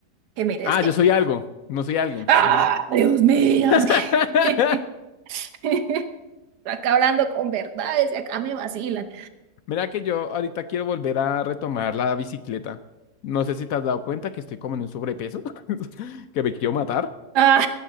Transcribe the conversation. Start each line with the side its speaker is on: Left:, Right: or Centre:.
Right: que merece.
Left: Ah, yo soy algo, no soy alguien.
Right: ¡Ah!
Left: Mm.
Right: Dios mío,
Left: <laughs>
Right: es que <laughs> estoy acá hablando con verdades y acá me vacilan.
Left: Mira que yo ahorita quiero volver a retomar la bicicleta. No sé si te has dado cuenta que estoy como en un sobrepeso, <laughs> que me quiero matar.
Right: ah